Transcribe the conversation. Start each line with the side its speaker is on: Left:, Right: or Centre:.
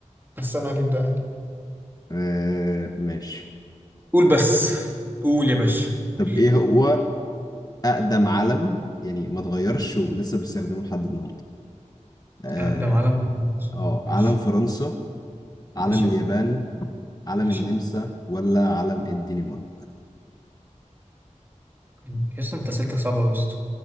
Right: بس انا هجيب ده يعني
Left: آه ماشي
Right: قول بس قول يا باشا قول
Left: طب ايه هو اقدم علم يعني ما اتغيرش ولسه بيستخدموه لحد النهارده اه
Right: أقدم علم
Left: آه،
Right: ماشي
Left: علم فرنسا علم
Right: ماشي
Left: اليابان علم
Right: ماشي
Left: النمسا ولا علم الدنمارك
Right: يا اسطى أنت أسئلتك صعبة أوي يا اسطى